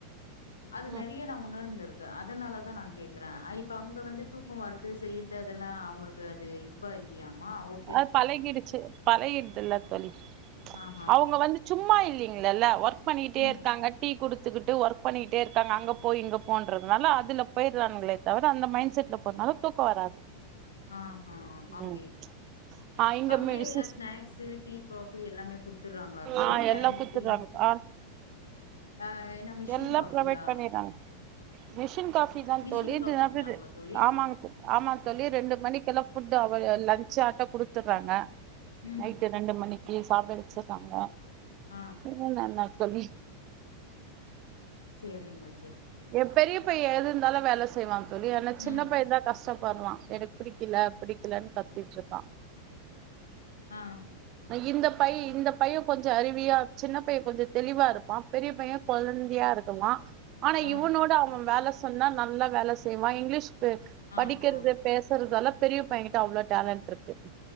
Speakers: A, on the left; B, on the right.
A: அது
B: ம்
A: நெறைய நா உணர்ந்திருக் க அதனாலதா நா கேக்கற அ இப்ப அங்க வந்து தூக்கோ வருது செய்யிறது அதெல்லா அவுங்ளுக் கு அது இத்வா இல்லயாமா ஓ
B: அது பழகிடுச்சு பழகிடுதுல்ல தோழி
A: ஆஹா
B: அவுங்க வந்து சும்மா இல்லிங்ளல்ல ஒர்க் பண்ணிக்கிட்டே
A: ம்.
B: இருக்காங்க டீ குடுத்துக்கிட்டு ஒர்க் பண்ணிக்கிட்டே இருக்காங்க அங்க போ இங்க போன்றதுனால அதுல பேய்றான்களே தவர அந்த மைண்ட் செட்ல போறனால தூக்கோ வராது
A: ஆஹா அப்டி
B: ம் ஆ இங்க
A: அங்கேயே
B: மெடிசிஸ்
A: எல்லா ஸ்நாக்ஸு, டீ, காஃபி எல்லாமே குடுத்துர்றாங்களா தோழி?
B: ஆ
A: கேன்டீன்
B: எல்லா குத்துறாங்கலா
A: அ என்ன மிஷின்
B: எல்லா
A: காஃபியா?
B: ப்ரொவைட் பண்ணிறாங்க மிஷின் காஃபிதா
A: மிஷின்
B: தோழி இதுதாகுது
A: காஃபிங்களாங்க தோழி?
B: ஆமாங் ஆமா தோழி ரெண்டு மணிக்கெல்லா ஃபுட் அவ லன்ச்சாட்டோ குடுத்ர்றாங்க
A: ம்.
B: நைட் ரெண்டு மணிக்கு சாப்பிட வச்சிர்ராங்க
A: ஆ
B: மூன்நன்னா தோழி
A: சேரிங்மா
B: ஏ பெரிய பையே எதுருந்தாலு வேல செய்வா தோழி ஆனா
A: ம்.
B: சின்ன பையேதா கஷ்டப்பற்றா எடுக் பிடிக்கில பிடிக்கிலன்னு கத்ட்ருக்கா
A: ஆ
B: இந்த பைய் இந்த பையே கொஞ்சோ அருவியா சின்ன பையே கொஞ்சோ தெளிவாருப்பா பெரிய பையே கொழ்ந்தியாருக்குமா ஆனா
A: ஆ,
B: இவனோட அவே வேல சொன்னா நல்லா வேல செய்வா இங்லீஷ் ப்
A: ஆ,
B: படிகிறது
A: ஆ,
B: பேசுறது தால பெரிய பையங்கிட்ட அவ்ளோ டேலண்ட்ருக்கு